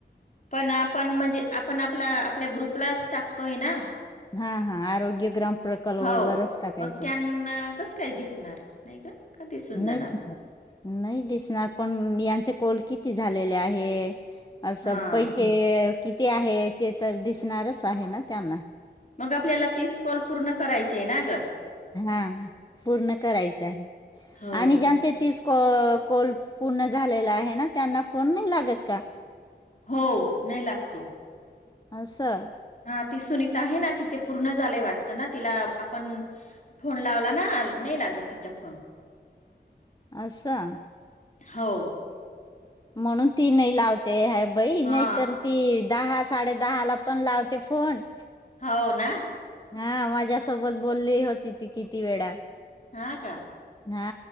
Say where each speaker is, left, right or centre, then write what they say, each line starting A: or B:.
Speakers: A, on the left (about 45°); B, on the left (about 25°).
A: पण आपण म्हणजे आपण आपला आपल्या ग्रुपलाच टाकतोय ना
B: हा हा आरोग्य ग्राम प्रकल्प
A: हो
B: व वरचं टाकायचं
A: मग त्यांना कसं काय दिसणार नाही का का दिसून
B: नाही
A: जाणार
B: <inaudible> नाही दिसणार पण यांचे कोल किती झालेले आहेएए असं
A: हा
B: पैसेएए किती आहे ते तर दिसणारचं आहे ना त्यांना
A: मग आपल्याला तीस कॉल पूर्ण करायचेचें ना गं
B: हाआअ पूर्ण करायचं आहे
A: हो
B: आणि ज्याचें तीस कॉल पूर्ण झालेला आहे ना त्यांना फोन नाही लागत का
A: हो नाही लागतो
B: अससा
A: हा ती सुनीता हाय ना तिचे पूर्ण लय वाटत ना तिला आपन फोन लावला ना नही लागत तिच्या फोन
B: आसंसा
A: होओओ
B: म्हणून ती नही लावते ह बाई
A: हा
B: नाही तर ती दहा साडे दहा ला पण लावते फोन
A: हवू ना
B: हा माझ्यासोबत बोलली होती ती किती वेळा
A: हा का
B: हा